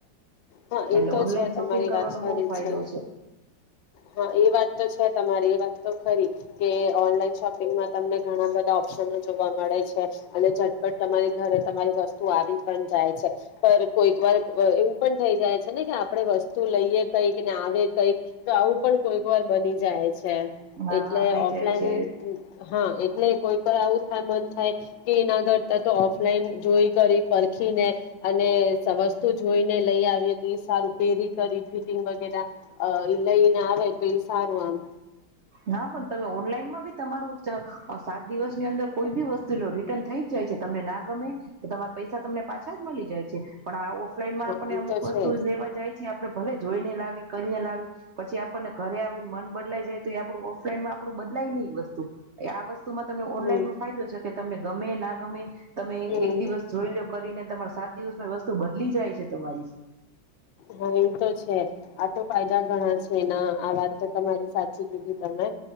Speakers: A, on the left; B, on the right.
A: હા એતો
B: એટલે ઓનલાઈન
A: છે જ તમા..
B: શોપિંગ
A: તમારી
B: કરવાનો
A: વાત સાચી
B: બહુ ફાયદો
A: છે હા એ વાત તો છે તમારી એ વાત તો ખરી.. કે ઓનલાઈન શોપિંગમાં તમને ઘણા બધા ઓપ્શનો જોવા મળે છે અને ઝટપટ તમારી ઘરે તમારી વસ્તુ આવી જ.. જાય છે પર કોઈક વાર એવું પણ થઈ જાય છે ને કે આપડે વસ્તુ લઈએ કઈક ને આવે કઈક તો આવું પણ.. કોઈક વાર બની જાય છે
B: હા
A: એટલે
B: હા થઈ
A: ઓફલાઈન..
B: જાય છે
A: હા એટલે કોઈક આવું થાય મન થાય કે એ ના કરતા તો ઓફલાઈન જોઈ કરી.. રાખીને અને સમસ જોઈને લઈ આવીએ તો એ સારું પેરી કરી ફિટિંગ વગેરે લઈને આવે તો એ સારું આમ..
B: ના પણ તમે ઓનલાઈનમાં બી તમારું સાત દિવસની અંદર કોઈ બી વસ્તુ લો રિટર્ન થઈ જ જાય છે તમને ના ગમે તો તમારા પૈસા તમને પાછા જ મળી જાય છે પણ આ ઓ ફ લાનમાં
A: હા
B: આપણે
A: ઈ
B: અમુક
A: તો છે
B: વસ્તુ લેવા જાય છે આપણે.. ભલે જોઈને લાવી કરીને લાવી પછી આપણને ઘરે આવીને મન બદલાઈ જાય.. તો આપણું ઓફલાઈનમાં આપણું બદલાય નઈ વસ્તુ આ વસ્તુ વસ્તુમાં તમે ઓનલાઈનમાં
A: હમ
B: ફાયદો છે કે તમને.. ગમે ના ગમે તમે
A: હમ
B: એક દિવસ જોઈ લો કરીને તમાર સાત દિવસમાં વસ્તુ બદલી જાય છે તમારી..
A: હા એવું તો છે આ તો ફાયદા ઘણા છે એના આ વાત તો તમારી સાચી કીધી તમે..